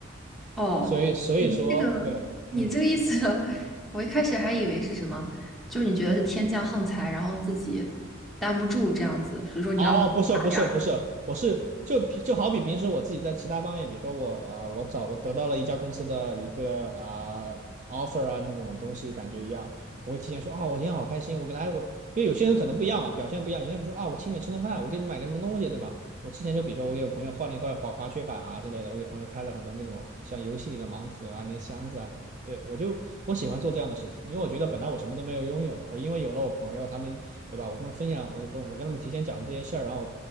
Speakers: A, in the centre; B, on the right.
A: 哦，
B: 所以，所以说，
A: <laughs> 你这个你这个意思，
B: 对，嗯。
A: <laughs> 我一开始还以为是什么，就是你觉得是天降横财，然后自己担不住这样子，所以说你要打点儿。
B: 哦，不是不是不是，我是就比就好比平时我自己在其他方面，比如说我啊、我找我得到了一家公司的一个啊、offer 啊那种东西，感觉一样，我会提前说啊，我今天好开心，我给来我，因为有些人可能不一样嘛，表现不一样，有些人说啊，我请你们吃顿饭，我给你们买个什么东西，对吧？我之前就比如说我给我朋友换了一块滑滑雪板啊之类的，我给朋友开了很多那种像游戏里的盲盒啊、那些箱子啊什么的。对，我就我喜欢做这样的事情，因为我觉得本来我什么都没有拥有的，我因为有了我朋友他们，对吧？我跟他们分享，我跟我跟他们提前讲这些事儿，然后